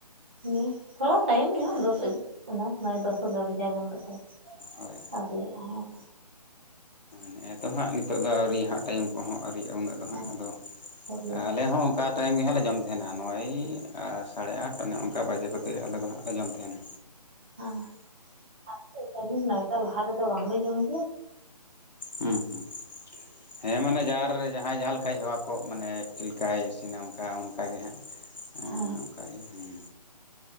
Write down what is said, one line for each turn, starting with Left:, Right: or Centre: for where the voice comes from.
Right: ᱦᱩ ᱛᱷᱚᱲᱟ ᱛᱟᱭᱚᱢ ᱧᱚᱜ ᱫᱚᱥ ᱮ ᱚᱱᱟ ᱱᱚ ᱫᱚᱥ ᱮᱜᱟᱨᱚ ᱵᱟᱡᱟᱜ ᱜᱟᱱ ᱠᱟᱛᱮ
Left: ᱦᱳᱭ
Right: ᱟᱹᱣᱨᱤᱭᱟᱜ ᱦᱚᱸ
Left: ᱱᱮᱜ ᱮ ᱛᱚ ᱦᱟᱸᱜ ᱱᱤᱛᱚᱜ ᱫᱚ ᱟᱹᱣᱨᱤ ᱦᱟᱸᱜ ᱴᱟᱹᱭᱤᱢ ᱠᱚᱦᱚ ᱟᱹᱣᱨᱤᱼᱟ ᱩᱱᱟᱹᱜ ᱛᱚᱦᱟᱸᱜ
Right: ᱦᱮᱸ
Left: ᱟᱫᱚ
Right: ᱟᱹᱣᱨᱤᱭᱟᱜᱼᱟ
Left: ᱟᱞᱮ ᱦᱚᱸ ᱚᱱᱠᱟ ᱴᱟᱭᱤᱢ ᱜᱮ ᱦᱟᱸᱜ ᱞᱮ ᱡᱚᱢ ᱛᱟᱦᱮᱱᱟ ᱱᱚᱭ ᱥᱟᱲᱮ ᱟᱴ ᱱᱚᱜ ᱱᱚᱝᱠᱟ ᱵᱟᱡᱮ ᱠᱚᱛᱮ ᱟᱞᱮ ᱫᱚ ᱦᱟᱸᱜ ᱞᱮ ᱡᱚᱢ ᱛᱟᱦᱮᱱᱟ᱾
Right: ᱦᱮᱸ ᱠᱟᱴᱮ ᱴᱟᱹᱭᱤᱢ ᱱᱚᱭᱴᱟ ᱞᱟᱦᱟ ᱨᱮᱫᱚ ᱵᱟᱝᱞᱮ ᱡᱚᱢ ᱜᱮᱭᱟ᱾
Left: ᱦᱚᱸᱻᱦᱚᱸᱻᱦᱚᱸ ᱦᱮᱸ ᱢᱟᱱᱮ ᱡᱟᱨ ᱡᱟᱦᱟᱭ ᱡᱟᱦᱟ ᱞᱮᱠᱟᱭ ᱦᱮᱣᱟ ᱠᱚᱜ ᱢᱟᱱᱮ ᱪᱮᱫ ᱞᱮᱠᱟᱭ ᱚᱱᱮ ᱚᱱᱠᱟ ᱚᱱᱠᱟᱜ ᱜᱮ ᱦᱟᱸᱜ
Right: ᱦᱮᱸ ᱦᱮᱸ
Left: ᱚᱱᱠᱟᱜᱮ ᱦᱩᱸᱻ᱾